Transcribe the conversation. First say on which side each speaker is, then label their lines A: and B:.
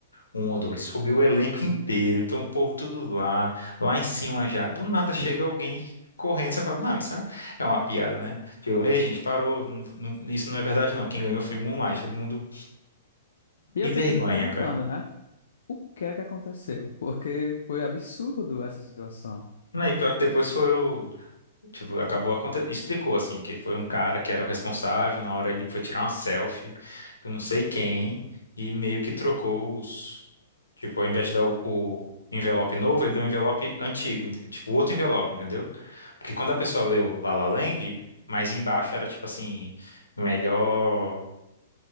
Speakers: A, on the left; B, on the left.
A: Um ou dois. Subiu
B: O-
A: o elenco
B: Uhum.
A: inteiro. Então o povo tudo lá, lá em cima já. Do nada chega alguém correndo. Você fala, não, isso é é uma piada, né? Tipo, ei, gente, parou. não- não- isso não é verdade, não. Quem ganhou foi Moonlight. Todo mundo.
B: E eu
A: Que
B: fico
A: vergonha,
B: me perguntando,
A: cara.
B: né? O que é que aconteceu? Porque foi absurdo essa situação.
A: Não, E pior que depois foram. Tipo, acabou aconte... explicou assim que foi um cara que era o responsável, na hora ele foi tirar uma selfie, eu não sei quem, e meio que trocou os, tipo, ao invés de dar o, o envelope novo, ele deu um envelope antigo, ent- tipo, outro envelope, entendeu? Porque quando a pessoa leu La La Land, mais embaixo era tipo assim, melhor